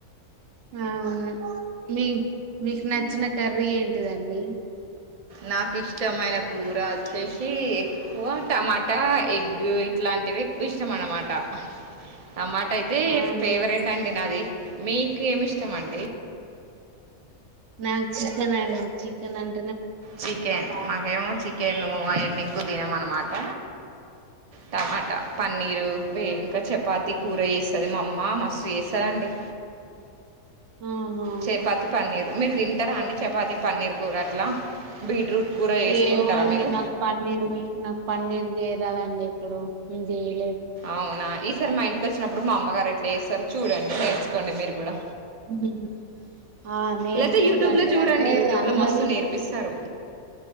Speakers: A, on the right (about 60°); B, on the right (about 45°).
A: అవును మీ మీకు నచ్చిన కర్రీ ఏంటిదండి
B: నాకిష్టమైన కూర వచ్చేసి సి ఎక్కువ టమాటా ఎగ్ ఇట్లాంటివి ఎక్కువ ఇష్టం అన్నమాట టమాటా అయితే
A: ఆహా
B: ఫేవరెట్ అండి నాది మీకి ఏం ఇష్టమండి
A: నాకి చికన్ అన్ చికన్ అన్
B: చికెన్ నాకేమో చిక్ కే నువ్వు అవన్నీ ఎక్కువ తినమ అన్నమాట టమాటా పన్నీరు వే ఇంకా చపాతి కూర చేస్తది మా అమ్మ మస్తు చేస్తదండి
A: ఆహా
B: చెపాతి పన్నీరు మీరు తింటారా అండి చపాతి పన్నీర్ కూర అట్ల బీట్రూట్ కూర చేసుకుంటారా
A: ఏమో అండి
B: మీరు
A: నాకు పన్నీర్ నాకు పన్నీర్ చే రాదండి ఇప్పుడు మేము చెయ్యం
B: ఆవునా ఇస్ తర్ మా ఇంటికి వచ్చినప్పుడు మా అమ్మగారు ఎట్లా వేస్తారు చూడండి నేర్చుకోండి మీరు కూడా
A: ఉ ఆ నేర్చుకుంటాండి
B: లేకపోతే యూట్యూబ్లో చూడండి
A: అంటే
B: యూట్యూబ్లో
A: అందరు
B: మస్తు నేర్పిస్తారు